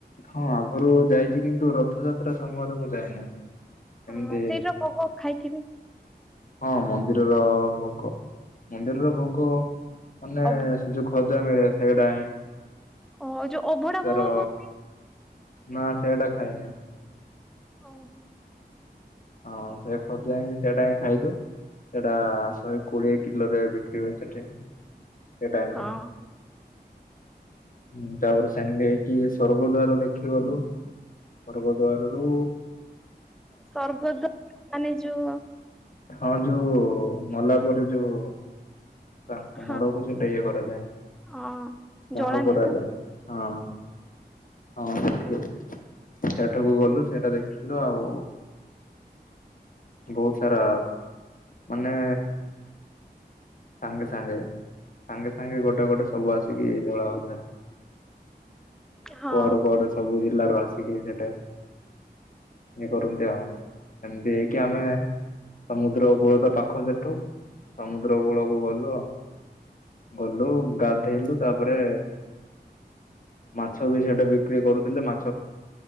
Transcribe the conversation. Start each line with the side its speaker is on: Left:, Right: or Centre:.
Left: ହଁ, ଆଗରୁ ଯାଇଛି। କିନ୍ତୁ ରଥଯାତ୍ରା ସମୟରେ ମୁଁ ଯାଇନି।
Centre: ହଁ,
Left: ଏମିତି
Centre: ସେଇଟର କୋହ ଖାଇଥିବେ?
Left: ହଁ, ମନ୍ଦିରର ଭୋଗ! ମନ୍ଦିରର ଭୋଗ ମାନେ-ଏ
Centre: ଅଭ
Left: ସେ ଯୋଉ ଖଜା ମିଳେ। ସେଡ଼ା ହିଁ
Centre: ଓ ଯୋଉ ଅଭଡା
Left: ତାର
Centre: ଭୋଗ କହନ୍ତି!
Left: ନା ସେଡ଼ା ଖାଇନି।
Centre: ଓହୋ!
Left: ହଁ, ସେ ଖୋଜା ହିଁ, ସେଡ଼ା ହିଁ ଖାଇଛୁ। ସେଡ଼ା ଶହେ କୋଡିଏ କିଲୋରେ ବିକ୍ରି ହୁଏ ସେଠି। ସେଇ ଟାଇମ୍
Centre: ହଁ
Left: ରେ ହୁଁ, ତାପରେ ସେ ସେଣ୍ଡିକି ସ୍ଵର୍ଗ ଦ୍ୱାର ଦେଖିଗଲୁ। ସ୍ୱର୍ଗ ଦ୍ୱାରରୁୁ
Centre: ସ୍ଵର୍ଗଦ୍ୱା ମାନେ ଯୋ
Left: ହଁ ଯୋଉ ମଲା ପରେ ଯୋଉ ତାଙ୍କ
Centre: ହଁ
Left: ମଢକୁ ସେଠା ଇଏ କରାଯାଏ।
Centre: ହଁ
Left: ଦାହ
Centre: ଜଳାନ୍ତି
Left: କରାଯାଏ
Centre: ତ
Left: ହଁ। ହଁ ସେଠି ସେଠାକୁ ଗଲୁ ସେଇଟା ଦେଖିଲୁ ଆଉ ବୋହୁତ ସାରା ମାନେ ସାଙ୍ଗେ ସାଙ୍ଗେ ସାଙ୍ଗେ ସାଙ୍ଗେ ଗୋଟେ ଗୋଟେ ସବୁ ଆସିକି ଜଳା ହୋଉଥାଏ।
Centre: ହଁ
Left: କୁଆଡୁ କୁଆଡୁ ସବୁ ଜିଲ୍ଲାରୁ ଆସିକି ସେଠେ ଇଏ କରନ୍ତି ଆଉ ଏମିତି ହେଇକି ଆମେ ସମୁଦ୍ର କୂଳତ ପାଖ ସେଠୁ ସମୁଦ୍ର କୂଳକୁ ଗଲୁ ଗଲୁ ଗାଧେଇଲୁ ତାପରେ ମାଛ ବି ସେଇଟେ ବିକ୍ରି କରୁଥିଲେ ମାଛ